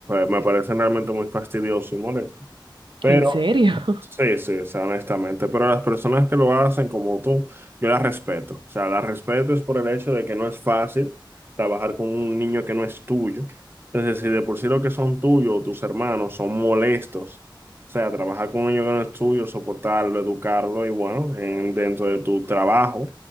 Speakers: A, on the right (about 25°); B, on the right (about 75°).
A: me parecen realmente muy fastidiosos y molestos. Pero
B: ¿En serio? <laughs>
A: sí, sí, o sea, honestamente, pero las personas que lo hacen como tú, yo las respeto. O sea, las respeto es por el hecho de que no es fácil trabajar con un niño que no es tuyo. Entonces, si de por sí lo que son tuyos o tus hermanos son molestos, o sea, trabajar con un niño que no es tuyo, soportarlo, educarlo y bueno, en- dentro de tu trabajo,